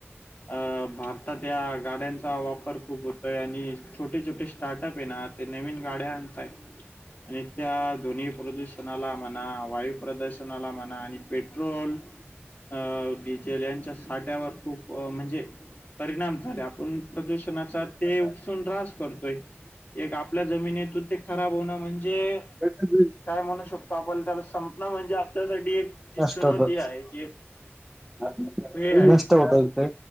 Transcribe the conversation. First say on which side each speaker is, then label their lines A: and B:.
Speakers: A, on the left; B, in the centre.
A: अ भारतात या गाड्यांचा वापर खूप होतोय आणि छोटी छोटी स्टार्टअप आहे ना ते नवीन गाड्या आणतायत आणि त्या दोनी प्रदूषणाला म्हणा वायू प्रदूषणाला म्हणा आणि पेट्रोल अ डीजेल यांच्या साठ्यावर खूप म्हणजे परिणाम झालय आपण प्रदूषणाचा ते उपसून रास करतोय एक आपल्या जमिनीतून ते खराब होणं म्हणजे
B: <unintelligible>
A: काय म्हणू शकतो आपण त्याला संपण म्हणजे आपल्यासाठी एक जी
B: असतात?
A: चुनवती आहे की एक
B: नष्ट
A: हेे हाय
B: होत ते